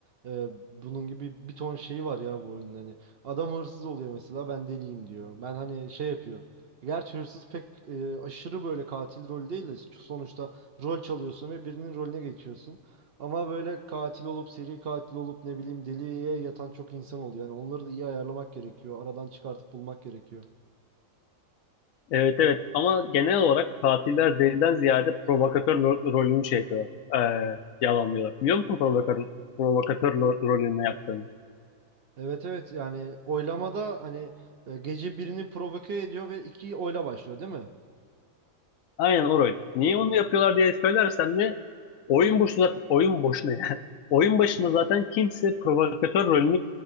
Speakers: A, on the right; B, on the left.
A: Ee, bunun gibi bir ton şeyi var ya bu oyunun hani. Adam hırsız oluyor mesela ben deliyim diyor. Ben hani şey yapıyor. Gerçi hırsız pek e, aşırı böyle katil rolü değil de sonuçta rol çalıyorsun ve birinin rolüne geçiyorsun. Ama böyle katil olup seri katil olup ne bileyim deliye yatan çok insan oluyor. Yani onları da iyi ayarlamak gerekiyor. Aradan çıkartıp bulmak gerekiyor.
B: Evet evet ama genel olarak katiller deliden ziyade provokatör ro- rolünü şey yapıyorlar. Ee, yalanlıyorlar. Biliyor musun provokatör, provokatör ro- rolünü ne yaptığını?
A: Evet evet yani oylamada hani e, gece birini provoke ediyor ve iki oyla başlıyor değil mi?
B: Aynen o rol. Niye onu yapıyorlar diye söylersem de oyun boşuna, oyun boşuna yani. <laughs> Oyun başında zaten kimse provokatör rolünü